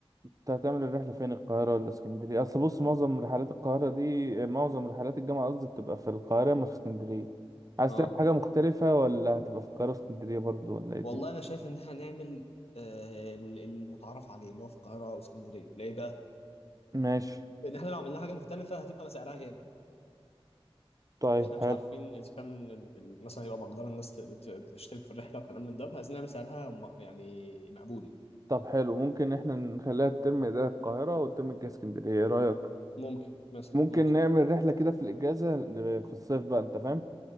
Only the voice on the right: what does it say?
انت هتعمل الرحله فين القاهره ولا اسكندريه اصل بص معظم رحلات القاهره دي معظم رحلات الجامعه قصدي بتبقى في القاهره ما في اسكندريه عايز
تعمل حاجه مختلفه ولا هتبقى في القاهره اسكندريه برضو ولا ايه الدنيا
ماشي
طيب
حلو
طب حلو ممكن احنا نخليها الترم ده القاهره والترم الجاي اسكندريه ايه رايك
ممكن
نعمل رحله كده في الاجازه في الصيف بقى انت فاهم